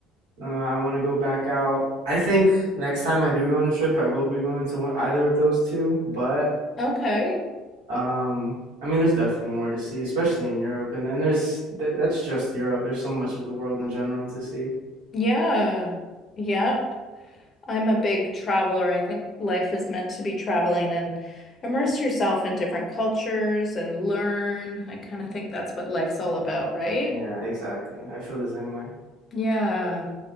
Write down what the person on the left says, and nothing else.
Okay.
Yeah. Yeah. I'm a big traveler. I think life is meant to be traveling and immerse yourself in different cultures and learn. I kind of think that's what life's all about, right?
Yeah.